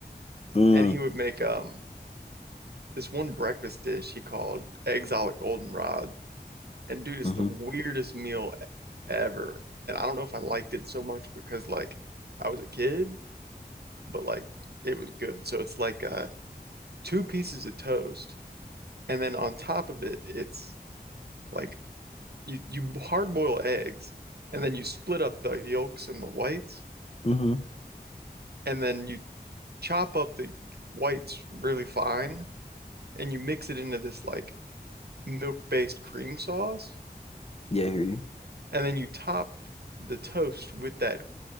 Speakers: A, on the left; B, on the right.
A: Mm,
B: and he would make um this one breakfast dish he called eggs a la goldenrod And dude, it's
A: mm-hmm,
B: the weirdest meal e-, ever. And I don't know if I liked it so much because like I was a kid, but like it was good. So it's like uh two pieces of toast and then on top of it it's like you you hard boil eggs and then you split up the yolks and the whites
A: mm-hmm.
B: and then you chop up the whites really fine and you mix it into this like milk-based cream sauce
A: Yeah, I hear you.
B: and then you top the toast with that